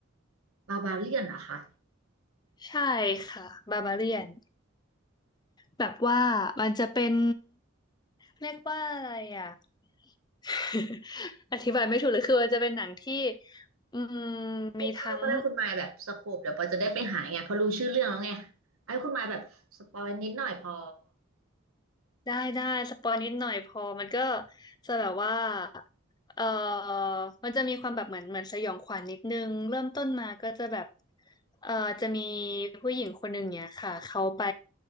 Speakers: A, on the right; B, on the left.
A: บาบาเลียนนะคะ
B: ใช่ค่ะบาบาเลียนแบบว่ามันจะเป็นเรียกว่าอะไรอ่ะ <laughs> อธิบายไม่ถูกเลยคือมันจะเป็นหนังที่อืมมีทั้ง
A: คร่าวๆก็ได้คุณมายแบบสโคปเดี๋ยวปอจะได้ไปหาไงเพอรู้ชื่อเรื่องแล้วไงให้คุณมายแบบสปอยนิดหน่อยพอ
B: ได้ได้สปอยนิดหน่อยพอมันก็จะแบบว่าเออมันจะมีความแบบเหมือนเหมือนสยองขวัญนิดนึงเริ่มต้นมาก็จะแบบเออจะมีผู้หญิงคนหนึ่งเนี่ยค่ะเขาไป